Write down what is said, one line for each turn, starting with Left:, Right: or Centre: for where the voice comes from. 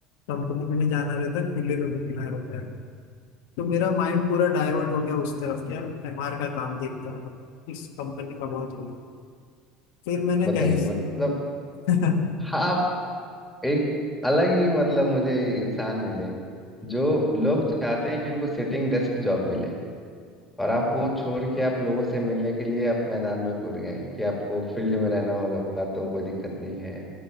Left: कंपनी में नहीं जाना रहता खुले में घूमना रहता है तो मेरा माइंड पूरा डाइवर्ट हो गया उस तरफ क्या एमआर का काम देखता हूँ इस कंपनी का बहुत हो फिर मैंने
Centre: बताइए
Left: कहीं से
Centre: मतलब
Left: <laughs>
Centre: हाँ आप एक अलग ही मतलब मुझे इंसान मिले जो लोग चाहते हैं कि उनको सिटिंग डेस्क जॉब मिले और आप वो छोड़ के आप लोगों से मिलने के लिए आप मैदान में कूद गए कि आपको फील्ड में रहना होगा तो कोई दिक्कत नहीं है